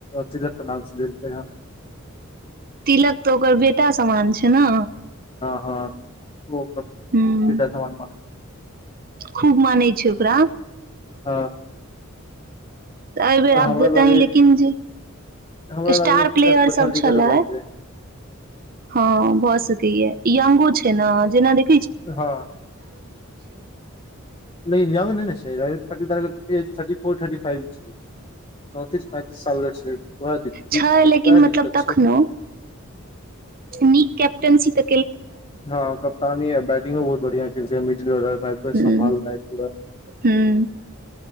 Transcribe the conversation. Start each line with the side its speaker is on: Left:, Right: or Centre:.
Left: तिलक के नाम सुनेलल कै हँ
Right: तिलक त ओकर बेटा सामान छै छै ने
Left: हँ ओ त
Right: ह
Left: पिता समान मानय
Right: खूब मानै छै ओकरा
Left: हँ
Right: तऽ अइबर आब
Left: हमरा
Right: देता
Left: लागैये
Right: हीं लेकिन जे
Left: हमरा
Right: स्टार
Left: लागैये
Right: प्लेयर
Left: तिलक बढ़िया
Right: सब छलै
Left: लीडरो बनि जाय
Right: हँ भऽ सकैया यंगो छै ने जेना देख
Left: हँ लेकिन यंग नैने छै रजत पाटीदार के age thirty four thirty five छै चौंतीस पैंतीस सालके छै वए
Right: छै लेकिन
Left: वएह
Right: मतलब
Left: दिक्कत
Right: तखनो
Left: छै
Right: नीक कैपटन्सी त
Left: हँ कप्तानी आ बैटिंगो बहुत बढ़िया केलकै है मिडील आर्डर
Right: हूं
Left: सम्भालनाय पूरा <unintelligible>
Right: हूं